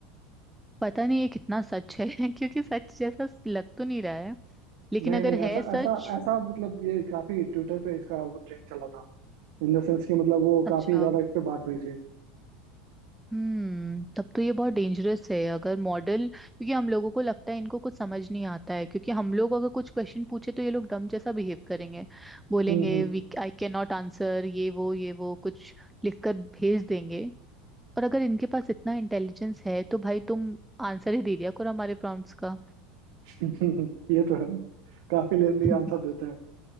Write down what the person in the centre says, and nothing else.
पता नहीं ये कितना सच है <laughs> क्योंकि सच जैसा लग तो नहीं रहा है लेकिन
अगर
है
सच
अच्छा
हम्म तब तो ये बहुत डेंजरस है अगर मॉडल क्योंकि हम लोगों को लगता है इनको कुछ समझ नहीं आता है क्योंकि हम लोग अगर कुछ क्वेश्चन पूछे तो ये लोग डम जैसा बिहेव करेंगे बोलेंगे
we I can not answer ये वो ये वो कुछ लिखकर भेज देंगे और अगर इनके पास इतना इंटेलिजेंस है तो भाई तुम आंसर ही दे दिया करो हमारे प्रॉम्प्ट्स का
<laughs>